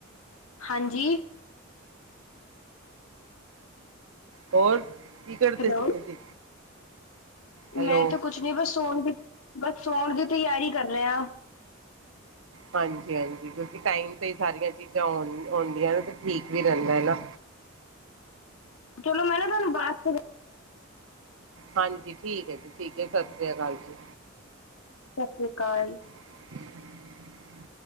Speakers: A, on the left; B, on the right.
A: ਹਾਂਜੀ
B: ਹੋਰ ਕੀ ਕਰਦੇ
A: ਹੈਲੋ
B: ਸੀ ਤੁਸੀਂ ਹੈਲੋ
A: ਮੈਂ ਤੇ ਕੁਛ ਨੀ ਬਸ ਸੋਣ ਦੀ ਬਸ ਸੋਣ ਦੀ ਤਿਆਰੀ ਕਰ ਰਿਹਾਂ ਆ
B: ਹਾਂਜੀ ਹਾਂਜੀ ਕਿਉਂਕਿ ਟਾਈਮ ਤੇ ਹੀ ਸਾਰੀਆਂ ਚੀਜ਼ਾਂ ਆ ਆਉਂਦੀਆਂ ਨਾ ਤਾਂ ਠੀਕ ਵੀ ਰਹਿੰਦਾ ਹੈ ਨਾ
A: ਚਲੋ ਮੈਂ ਨਾ ਤੁਹਾਨੂੰ ਬਾਦ ਚ
B: ਹਾਂਜੀ ਠੀਕ ਹੈ ਜੀ ਠੀਕ ਹੈ ਸਤਿ ਸ੍ਰੀ ਅਕਾਲ ਜੀ
A: ਸਤਿ ਸ਼੍ਰੀ ਕਾਲ
B: <inaudible>